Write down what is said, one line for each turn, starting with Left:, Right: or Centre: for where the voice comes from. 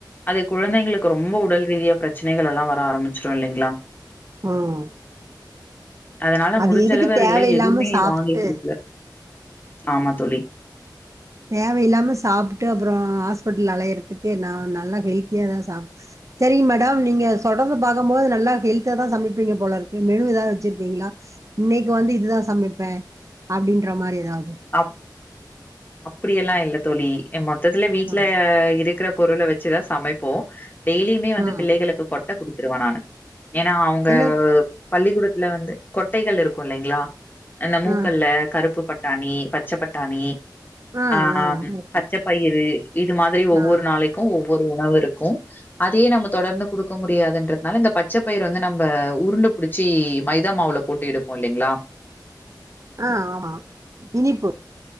Left: அத குழந்தைங்களுக்கு ரொம்ப உடல் ரீதியா பிரச்சனைகள் எல்லா வர ஆரம்பிச்சிரு இல்லைங்களா
Right: ம்
Left: அதனால
Right: அது
Left: முடிஞ்ச
Right: எதுக்கு
Left: அளவு அதுகல
Right: தேவையில்லாம
Left: எதுவுமே
Right: சாப்ட்டு
Left: வாங்கி குடுக்கல ஆமா தோழி
Right: தேவயில்லாம சாப்புட்டு அப்பறோ ஹாஸ்பிட்டல்ல அலையறதுக்கு நா நல்லா ஹெல்த்தியா தா சாப் செரிங்க மேடம் நீங்க தொடர்ந்து பாக்கும்போது நல்லா ஹெல்தா தான் சமைப்பீங்க போலருக்கு மெனு ஏதாவது வச்சிருப்பீங்களா இன்னிக் வந்து இதுதான் சமைப்பே அப்டின்ற மாதிரி எதாவது
Left: அப் அப்படியெல்லா இல்ல தோழி என் மொத்தத்துல வீட்ல
Right: ஆ
Left: இருக் இருக்கிற பொருள வெச்சுதா சமைப்போ டெய்லியுமே வந்து
Right: ஆ
Left: பிள்ளைகளுக்கு கொட்ட குடுத்துருவ நானு ஏனா அவுங்க
Right: இல்ல
Left: பள்ளிகூடத்துல வந்து கொட்டைகள் இருக்கு இல்லைங்களா அந்த மூக்கல்ல
Right: ஆ
Left: கருப்பு பட்டாணி பச்ச பட்டாணி
Right: ஆ
Left: ஆஹ்
Right: ஆ ஓகே
Left: பச்சப் பயிரு இது மாதிரி ஒவ்வொரு
Right: ஆ
Left: நாளைக்கு ஒவ்வொரு உணவு இருக்கும் அதே நம்ம தொடர்ந்து குடுக்க முடியாதுன்றத்னால இந்த பச்சப்பயிரு வந்து நம்ப உருண்ட புடிச்சி மைதா மாவுல போட் எடுப்போ இல்லிங்களா
Right: ஆ ஆமா இனிப்பு